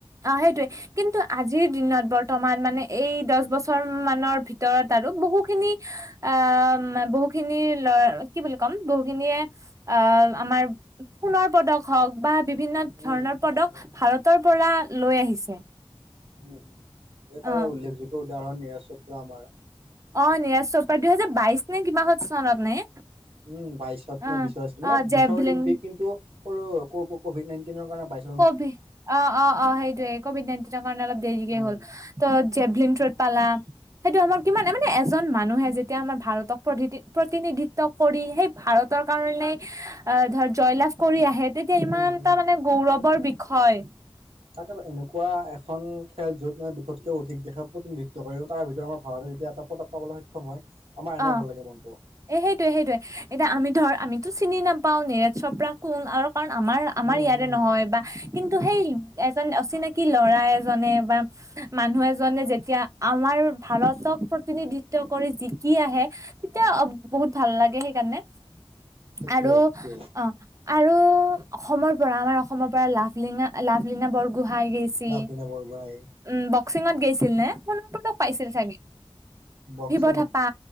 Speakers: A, on the right (about 35°); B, on the right (about 75°).
A: অ' সেইটোৱে কিন্তু আজিৰ দিনত বৰ্তমান মানে এই দহ বছৰ মানৰ ভিতৰত। ভিতৰত আৰু বহুখিনি আহ বহু খিনি ল'ৰা কি বুলি কম বহুখিনিয়ে। অ' আমাৰ সোণৰ পদক। হওঁক বা বিভিন্ন ধৰণৰ
B: উম
A: পদক
B: উম
A: ভাৰতৰ পৰা লৈ আহিছে।
B: উম, এটাৰ
A: অ
B: উল্লেখযোগ্য উদাহৰণ নিৰাজ চোপ্ৰ আমাৰ
A: অ' নিৰাজ চৌপৰা দুহেজা বাইশ নে কিমাহত চনত নে
B: উম, বাইছত
A: অ
B: নে বিশৰ আছিল মানে
A: অ জেভলিন
B: বিশৰ অলিম্পিক কিন্তু সৰু কভিড নাইনটিনৰ কাৰণে বাইচত।
A: কঅভি অ' অ' অ' সেইটোৱে কবিঅড নাইনটিন কাৰণে অলপ দেৰিকে
B: উম
A: হ'ল। ত' জেভলিন থৰট পালা। সেইটো আমাৰ কিমান মানে এজন মানুহে যেতিয়া আমাৰ ভাৰতক প্ৰতি প্ৰতিনিধিত্ব। কৰি সেই ভাৰতৰ কাৰণে আহ ধৰ জয়লাভ কৰি আহে তে এতিয়া ইমানটা
B: উম উম
A: মানে গৌৰৱৰ বিষয়
B: তাক এনেকুৱা এখন খেল য'ত মানে দুশতকৈও অধিক দেশে প্ৰতিনিধিত্ব কৰি তাৰ ভিতৰত আমাৰ ভাৰত এতিয়া এটা পদক পাবলৈ সক্ষম হয় আমাৰ এনে
A: অ'।
B: ভাল লাগে মনতটো।
A: এ সেইটোৱে সেইটোৱে এতিয়া আমি ধৰ আমিতো চিনি নাপাওঁ নিৰজ চৌপৰা কোন আৰু কাৰণ আমাৰ আমাৰ
B: উম
A: ইয়াৰে
B: উম
A: নহয় বা কিন্তু সেই এজন অচিনাকি ল'ৰা এজনে বা মানুহ এজনে যেতিয়া আমাৰ ভাৰতক প্ৰতিনিধিত্ব কৰি জিকি কি আহে তেতিয়া বহুত ভাল লাগে সেইকাৰণে
B: সেইটোয়ে
A: আৰু
B: সেইটোয়ে
A: অ' আৰু অসমৰ পৰা আমাৰ অসমৰ পৰা লাভলীনা লাভলীনা বৰগোহাঁই গোহাঁই গৈছিল
B: লাভলীনা বৰগোহাঁই
A: উম, বক্সিঙত গৈছিল, নে সোণ পদক পাইছিল চাগে।
B: বক্সিং
A: তাৰপা